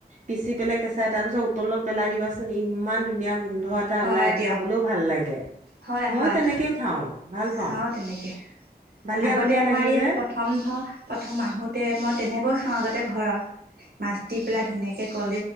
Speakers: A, on the right (about 50°); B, on the right (about 75°).
A: পিচি পেলাই কেঁচাই তাৰ পিছত উতলত পেলাই দিবাচোন ইমান ধুনীয়া গোন্ধ এটা
B: হয়
A: ওলাই
B: দিয়ক
A: খাবলৈও ভাল লাগে।
B: হয়
A: মইও
B: হয়
A: তেনেকেই খাওঁ, ভাল পাওঁ।
B: খাওঁ তেনেকে
A: বালিয়া
B: আগতে
A: বালিয়া
B: আমাৰ
A: লাগে
B: ইয়াৰ
A: যে
B: প্ৰথম ধৰ প্ৰথম আহোতে মই তেনেকৈ খাও আগতে ঘৰত। মাছ দি পেলাই ধুনীয়াকে ক